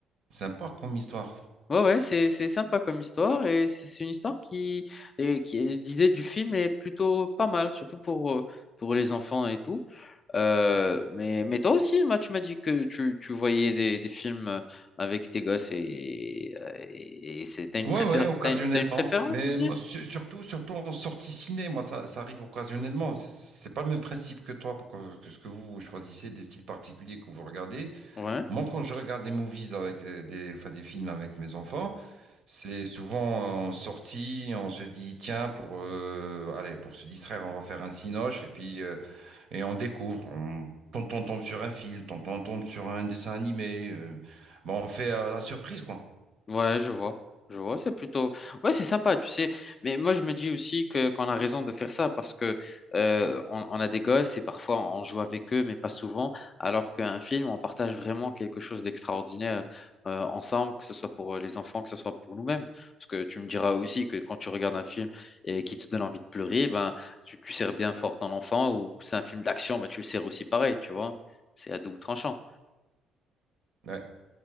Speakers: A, on the right (about 50°); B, on the left (about 25°).
A: C'est un parc comme histoire.
B: Ouais, ouais, c'est, c'est sympa comme histoire et c'est c'est une histoire qui, et qui l'idée du film est plutôt pas mal, surtout pour, euh, pour les enfants et tout. Euh, mais, mais toi aussi, Emma, tu m'as dit que tu, tu voyais des, des films euh, avec tes gosses et, euh, et c'est, t'as une
A: Ouais,
B: préfé-
A: ouais, occasionnellement.
B: t'as une, t'as une préférence
A: Mais
B: aussi?
A: moi, su- surtout, surtout en sortie ciné, moi, ça, ça arrive occasionnellement. C'est c'est pas le même principe que toi, parce que, que ce que vous, vous choisissez des styles particuliers que vous regardez.
B: Ouais.
A: Moi, quand je regarde des movies avec euh, des, enfin, des films avec mes enfants, c'est souvent en sortie, on se dit, tiens, pour, euh, allez, pour se distraire, on va faire un cinoche. Et puis, euh, Et on découvre, on, tonton tombe sur un film, tonton tombe sur un dessin animé. euh, bon, on fait à la surprise, quoi.
B: Ouais, je vois. Je vois, c'est plutôt... Ouais, c'est sympa, tu sais. Mais moi, je me dis aussi que qu'on a raison de faire ça parce que euh, on, on a des gosses et parfois on joue avec eux, mais pas souvent. Alors qu'un film, on partage vraiment quelque chose d'extraordinaire euh, ensemble, que ce soit pour les enfants, que ce soit pour nous-mêmes. Parce que tu me diras aussi que quand tu regardes un film et qui te donne envie de pleurer, ben, tu, tu serres bien fort ton enfant ou que c'est un film d'action, ben, tu le serres aussi pareil, tu vois. C'est à double tranchant.
A: Ouais,